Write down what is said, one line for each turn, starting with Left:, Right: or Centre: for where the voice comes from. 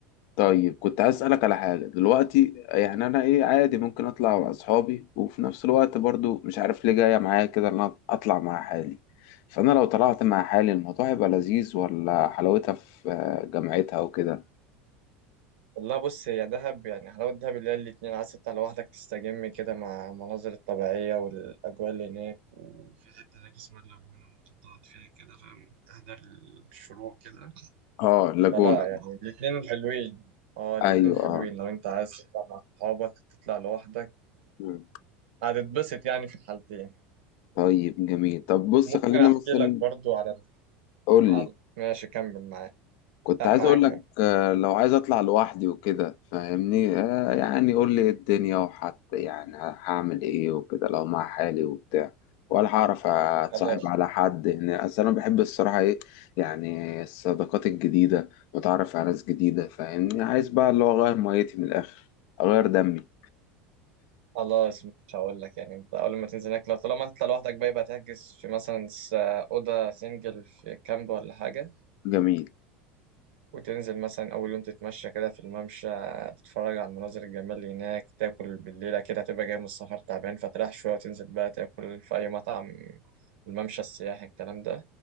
Left: طيب كنت عايز اسألك على حاجة دلوقتي يعني انا ايه عادي ممكن اطلع مع اصحابي وفي نفس الوقت برضو مش عارف ليه جاية معايا كده ان انا اطلع مع حالي فانا لو طلعت مع حالي الموضوع هيبقى لذيذ ولا حلاوتها في آه، جامعتها وكده
Right: والله بص هي دهب يعني حلاوة دهب اللي هي الاتنين عايز تطلع لوحدك تستجم كده مع المناظر الطبيعية والأجواء اللي هناك وفي حتة هناك اسمها اللاجونة ممكن تقعد فيها كده فاهم تحضر الشروق كده
Left: اه اللاجون
Right: فلا يعني الاتنين حلوين اه الاتنين
Left: ايوه
Right: حلوين
Left: اه
Right: لو انت عايز تطلع مع صحابك تطلع لوحدك
Left: مم.
Right: هتتبسط يعني في الحالتين
Left: طيب جميل طب بص
Right: ممكن
Left: خلينا
Right: احكي
Left: مثلا
Right: لك برضو على ال-
Left: قول لي
Right: على ماشي كمل معاك
Left: كنت
Right: لا
Left: عايز
Right: معاك
Left: اقول لك
Right: كمل
Left: آه، لو عايز اطلع لوحدي وكده فاهمني آه يعني قول لي إيه الدنيا وحتى يعني هعمل ايه وكده لو مع حالي وبتاع ولا هعرف اتصاحب
Right: خلاص
Left: على حد هنا اصل انا بحب الصراحه ايه يعني الصداقات الجديده واتعرف على ناس جديده فاهمني عايز بقى اللي هو اغير ميتي من الاخر اغير دمي
Right: خلاص مش هقول لك يعني انت اول ما تنزل هناك لو طالما تطلع لوحدك بقى يبقى تحجز في مثلا س- اوضه سنجل في كامب ولا حاجه
Left: جميل
Right: وتنزل مثلا اول يوم تتمشى كده في الممشى تتفرج على المناظر الجميله اللي هناك تاكل بالليله كده هتبقى جاي من السفر تعبان فتريح شويه وتنزل بقى تاكل في اي مطعم الممشى السياحي الكلام ده